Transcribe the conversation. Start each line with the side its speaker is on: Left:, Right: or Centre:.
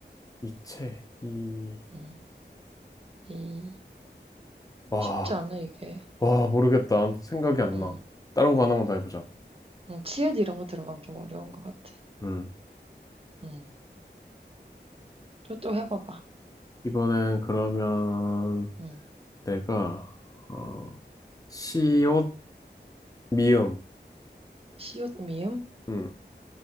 Left: 이체, 이,
Right: 응, 이.
Left: 와.
Right: 쉽지 않아, 이게.
Left: 와, 모르겠다. 안- 생각이 안
Right: 음,
Left: 나. 다른 거 하나만 더 해보자.
Right: 음, 치읓 이런 거 들어가면 좀 어려운 것 같아.
Left: 음.
Right: 음, 또, 또 해봐봐.
Left: 이번엔 그러면
Right: 음,
Left: 내가, 어, 시옷, 미음.
Right: 시옷 미음?
Left: 음.